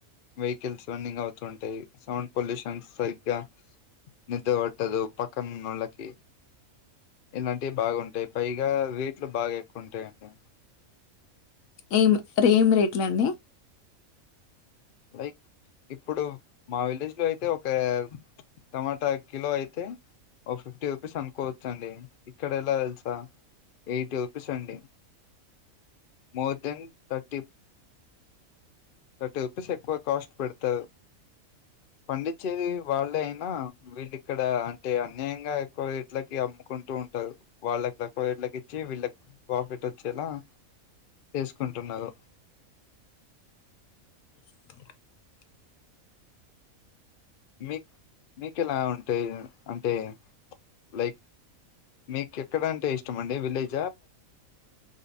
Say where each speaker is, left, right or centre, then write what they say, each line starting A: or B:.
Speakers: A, on the left; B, on the left.
A: వెహికల్స్ రన్నింగ్ అవుతూ ఉంటాయి సౌండ్ పొల్యూషన్ సరిగ్గా నిద్ర పట్టదు పక్కనొళకి ఇలాంటివి బాగుంటాయి పైగా రేట్లు బాగా ఎక్కువంటాయండి.
B: ఏం రెట్ ఏం రేట్లండి
A: లైక్ ఇప్పుడు మా విలేజ్ లో అయితే ఒక టమాటా కిలో అయితే ఓ ఫిఫ్టీ రూపీస్ అనుకోవచ్చండి ఇక్కడ ఎలా తెలుస ఏయిట్ రూపిస్ అండి మోర్ దన్ థర్టీ. థట్టీ రుపీస్ ఎక్కువ కాస్ట్ పెడతవ్ పండిచ్చేది వాళ్ళే అయినా వీళ్ళిక్ క్కడ అంటే అన్యాయంగా ఎక్కువ రెట్లకి అమ్ము కొంటూ ఉంటారు వాళ్ళకి తక్కువ రేట్లకి ఇచ్చి వీళ్ళకి ప్రాఫిట్ ఒచ్చేలా చేసుకుంటున్నరు
B: <inaudible>
A: మీక్ మీకెలా ఉంటది అంటే లైక్ మీకెక్కడ అంటే ఇష్టం అండి విలేజ్